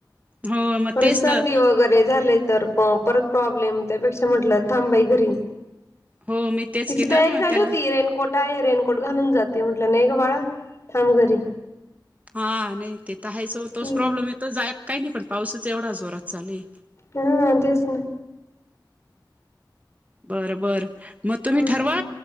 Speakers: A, on the right (about 20°); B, on the left (about 40°).
A: हो मग
B: परत
A: तेच
B: सर्दी
A: तर
B: वग रे झालंय तर प परत प्रॉब्लेम त्यापेक्षा म्हटलं थांब बाई घरी.
A: हो मी तेच
B: तिची
A: केलं
B: तयारी
A: मग
B: झाली
A: त्याला
B: होती रे कोट आहे रेनकोट घालून जाते म्हटलं नाही ग बाळा थांब. घरी
A: हा नाही तेेत आहेच ओ तोच
B: हम्म
A: प्रॉब्लम येत तो जायात काही नाही पण पावसाच एवढा जोरात चालुये.
B: हम्म तेच ना.
A: बर बर म तुम्ही
B: हम्म
A: ठरवा